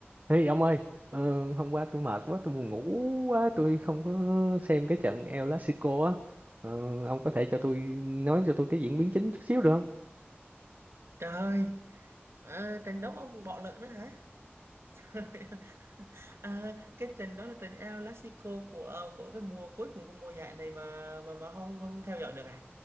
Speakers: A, on the right (about 40°); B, on the right (about 80°).
A: Ê ông ơi, ờ, hôm qua tôi mệt quá, tôi buồn ngủ quá, tôi không có xem cái trận El Clasico á. Ờ, ông có thể cho tôi nói cho tôi cái diễn biến chính chút xíu được không?
B: Trời ơi, à, trận đấu ông còn bỏ lỡ nữa hả? <laughs> à, cái trận đó là trận El Clasico của ờ, của cái mùa cuối cùng của mùa giải này mà mà mà không không theo dõi được à?